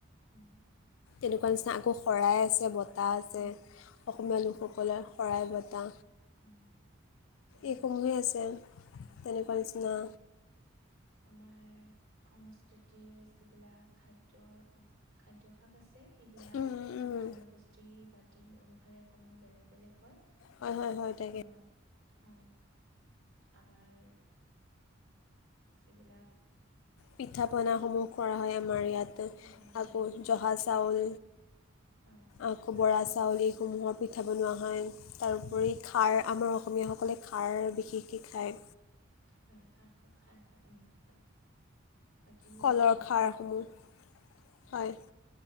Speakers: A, on the right; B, on the left.
A: উম
B: তেনেকুৱা নিচিনা আকৌ শৰাই আছে। বতাহ আছে।
A: উম শৰাই
B: অসমীয়া লোকসকলৰ
A: বতা
B: শৰাই বটা
A: উম তেনেদৰে
B: এইসমূহে আছে
A: অ
B: তেনেকুৱা নিচিনা।
A: আমাৰ সংস্কৃতিৰ যিবিলাক খাদ্যৰ খাদ্যভাস আছে সেইবিলাক
B: উম, উম, উম।
A: জনগোষ্ঠী জাতি অনুসাৰে অকণমান বেলেগ বেলেগ হয়
B: হয় হয় হয় তাকে
A: আহ হয়, আমাৰ। যি। বিলাক
B: পিঠা পনাসমূহ কৰা হয়। আমাৰ ইয়াত
A: পিঠা পনাসমূহ
B: আকৌ
A: খোৱা হয়
B: জহা চাউল।
A: হয়
B: আকৌ বৰা চাউল এইসমূহৰ পিঠা বনোৱা হয়। তাৰোপৰি
A: উম
B: খাৰ আমাৰ অসমীয়াসকলে খাৰ বিশেষকৈ খায়।
A: হয় খাৰ খ খাৰ খাই উম হয় বাকী
B: কলৰ
A: উৎসৱ
B: খাৰসমূহ
A: আৰু।
B: হয়।